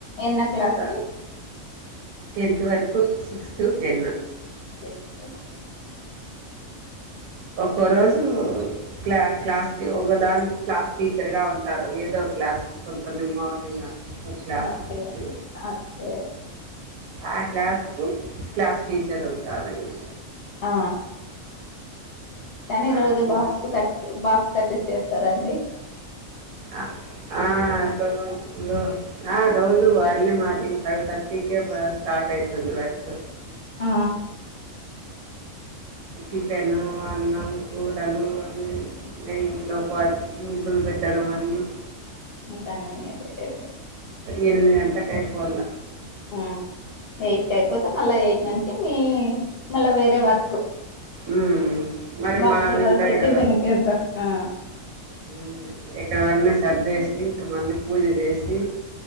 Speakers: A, on the left; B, on the right.
A: ఎన్నో క్లాస్కి
B: త టెన్త్ వరకు సిక్స్త్, టెన్.
A: సిక్స్త్, టెన్
B: ఒక్కోరోజు క్లా, క్లాస్ కి ఒకదానికి క్లాస్ టీచర్గా ఉంటాడు. ఏదో ఒక క్లాస్ కి పొద్దున్నే మార్నింగా. ఒక క్లాస్
A: ఓకే
B: ఉంటుంది.
A: ఓకే
B: ఆ క్లాస్ కు, క్లాస్ టీచర్ ఉంటారాయన.
A: ఆ కానీ రోజు
B: ఆ టెన్
A: బాక్స్ కు కట్, బాక్స్ కట్టి ఇచ్చేస్తారండి.
B: ఆ ఆ రోజు లో, ఆ రోజు అర్లీ మార్నింగ్. ఫైవ్ థర్టీకే, వా స్టార్ట్ అయితుంది వర్క్.
A: ఆ
B: టిఫెను, అన్నం, కూరలు అన్నీ ఇగ ఇంట్లో వర్క్, ముగ్గులు పెట్టడం. వన్నీ
A: ఇంకా అన్నీ ఇగ <unintelligible>
B: ఎనిమిది గంటలకు అయిపోవాల్ల.
A: ఆ ఎయిట్ కి అయిపోతే, మళ్ళా ఎయిట్ నుంచి మీ మళ్ళా వేరే వర్క్ కు,
B: ఉమ్, మరి
A: బాక్స్
B: మావి
A: లా వర్క్,
B: ఉంటాయి
A: టిఫిన్
B: కదా
A: కి అంత ఆ
B: ఉమ్, ఇక్కడ వన్నీ సర్దేసి, ఇంకా మళ్ళీ పూజ జేసి